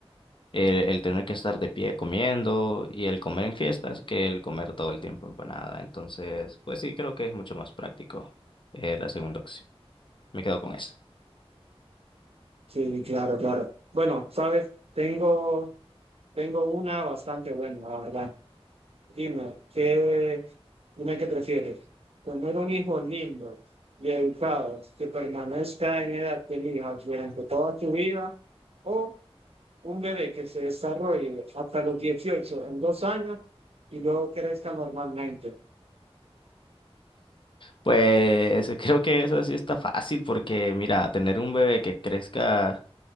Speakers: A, on the left; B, on the right.
A: el, el tener que estar de pie comiendo y el comer en fiestas que el comer todo el tiempo empanada. Entonces, pues sí, creo que es mucho más práctico eh, la segunda opción. Me quedo con esa.
B: Sí, claro, claro. Bueno, sabes, tengo, tengo una bastante buena, la verdad. Dime, ¿qué, dime qué prefieres? ¿Tener un hijo lindo y educado que permanezca en edad que elijas durante toda tu vida? ¿O un bebé que se desarrolle hasta los 18 en dos años y luego crezca normalmente?
A: Pues <laughs> creo que esa sí está fácil porque, mira, tener un bebé que crezca.